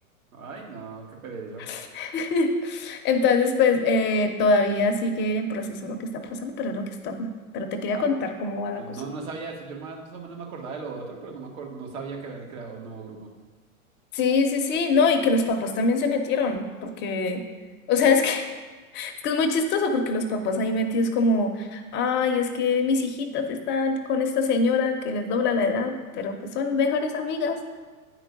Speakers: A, on the right (about 65°); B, on the left (about 25°).
A: Ay, no, qué pereza.
B: <laughs> Entonces, pues eh, todavía sigue en proceso lo que está pasando, pero es lo que estorba. Pero te quería
A: Ah,
B: contar cómo va la
A: pues
B: cosa.
A: no, no sabía eso. Yo más o menos me acordaba de lo otro, pero no me acuerdo, no sabía que habían creado un nuevo grupo.
B: Sí, sí, sí, no, y que los papás también se metieron, porque, o sea, es que Es que es muy chistoso porque los papás ahí metidos como, ay, es que mis hijitas están con esta señora que les dobla la edad, pero pues son mejores amigas.